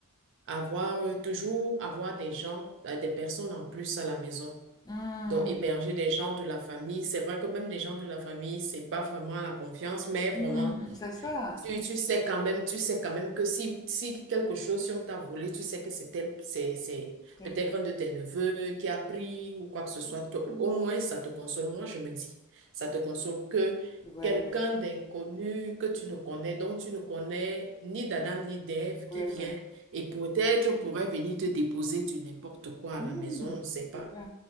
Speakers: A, on the right; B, on the left.
A: avoir euh, toujours avoir des gens, euh, des personnes en plus à la maison.
B: Hmm.
A: Donc, héberger des gens de la famille, c'est vrai que même des gens de la famille, c'est pas vraiment la confiance, mais vraiment
B: Hmm. C'est ça.
A: tu, tu sais quand même, tu sais quand même que si, si quelque chose, si on t'a volé, tu sais que c'est tel c'est, c'est
B: Ouais,
A: peut-être un de tes neveux qui a pris ou quoi que ce soit. Toi, Au moins, ça te console. Moi, je me dis, ça te console que
B: ouais,
A: quelqu'un d'inconnu que tu ne connais, dont tu ne connais ni d'Adam ni d'Ève
B: ouais.
A: qui vient et peut-être pourrait venir te déposer du n'importe quoi à
B: Hmm.
A: la maison, on ne sait pas
B: C'est vrai.